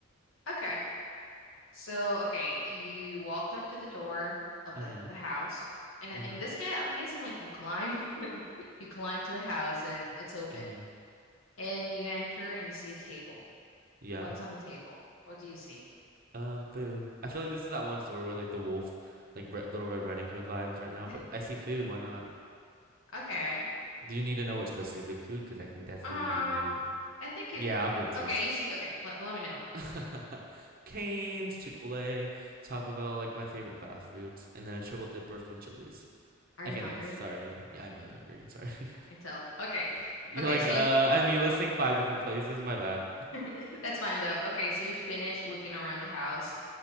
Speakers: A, on the left; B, on the right.
A: Okay. So okay, you walked up to the door of
B: Mm-hmm.
A: the of the house. And
B: Mm-hmm.
A: in this case, I'm guessing like you climb <laughs> you climb to the house and it's open.
B: Mm-hmm.
A: And you enter and you see a table.
B: Yeah.
A: What's on the table? What do you see?
B: Um, food. I feel like this is that one story where like the wolf, like Re Little Red Riding Hood vibes right now.
A: <laughs>
B: But I see food. Why not?
A: Okay.
B: Do you need to know what specific food? Because I can definitely
A: Um,
B: give you.
A: I think it
B: Yeah, I'll give it to
A: okay,
B: you.
A: you see okay, let, let me know.
B: <laughs> Cane's, Chick-fil-A, Taco Bell, like my favorite fast foods, and then a triple dipper from Chili's.
A: Are
B: Okay,
A: you
B: next.
A: hungry?
B: Sorry.
A: I
B: Yeah, I'm really hungry. Sorry. <laughs>
A: can tell. Okay. <laughs>
B: You're
A: Okay,
B: like,
A: so
B: uh,
A: you
B: I mean, listing five different places. My bad.
A: <laughs> That's fine though. Okay, so you finish looking around the house